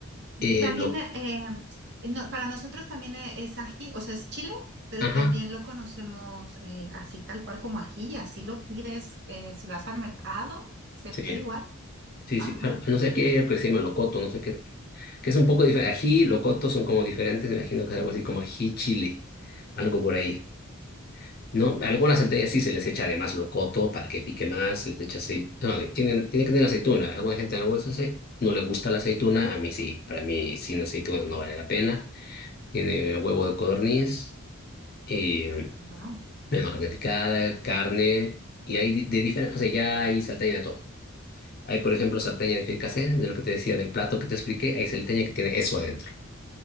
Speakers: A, on the left; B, on the right.
A: Eh,
B: También,
A: lo,
B: eh, eh, no, para nosotros también eh, es ají, o sea, es chile, pero
A: ajá,
B: también lo conocemos eh, así tal cual como ají, así lo pides eh, si vas al mercado, se
A: sí.
B: pide igual.
A: Sí,
B: Ajá.
A: sí. Ah, No sé, aquí hay que se llama locoto, no sé qué, que es un poco diferente. Ají, locoto son como diferentes, me imagino que es algo así como ají chile, algo por ahí. ¿No? Algunas salteñas sí se les echa además locoto para que pique más, se les echa aceite Bueno, y tienen, tiene que tener aceituna. Alguna gente no le gusta, ace- no le gusta la aceituna, a mí sí. Para mí sin aceituna no vale la pena. Tiene eh, huevo de codorniz, y, eh,
B: wow,
A: bueno, carne picada, carne, y hay de diferentes, o sea, ya hay salteña de todo. Hay, por ejemplo, salteña de fricasé, de lo que te decía del plato que te expliqué, hay salteña que tiene eso adentro,